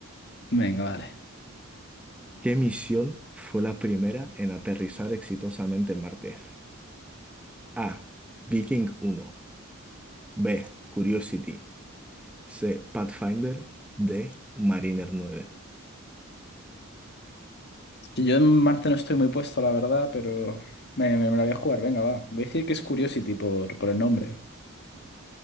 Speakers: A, on the left; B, in the centre.
A: Venga, vale.
B: ¿Qué misión fue la primera en aterrizar exitosamente en Marte? A. Viking uno. B. Curiosity. C. Pathfinder. D. Mariner nueve.
A: que Yo en Marte no estoy muy puesto, la verdad, pero me, me- me la voy a jugar. Venga, va. Voy a decir que es Curiosity por, por el nombre.